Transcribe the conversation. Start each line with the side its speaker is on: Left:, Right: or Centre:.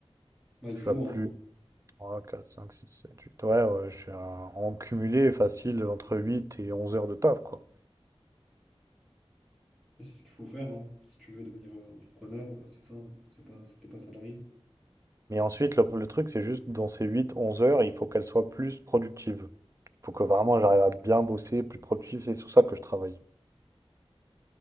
Centre: Bah, il
Right: Je
Centre: faut,
Right: suis à plus
Centre: hein.
Right: de 3 4 5 6 7 8. Ouais, ouais, je suis à- en cumulé facile entre 8 et 11 heures de taf, quoi.
Centre: Et c'est ce qu'il faut faire, hein. Si tu veux devenir euh, entrepreneur, euh, c'est ça, hein. C'est pas, c'était pas salarié.
Right: Mais ensuite, le, le truc, c'est juste dans ces 8 11 heures, il faut qu'elles soient plus productives. faut que vraiment j'arrive à bien bosser, plus productif. C'est sur ça que je travaille.